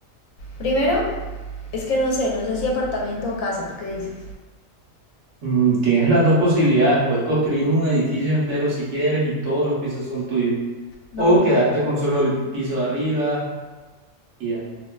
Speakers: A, on the left; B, on the right.
A: Primero, es que no sé, no sé si apartamento o casa, ¿tú qué dices?
B: mm, tienes las dos posibilidades. Puedes construir un edificio entero si quieres y todos los pisos son tuyos.
A: No,
B: O quedarte con solo el piso de arriba y ya.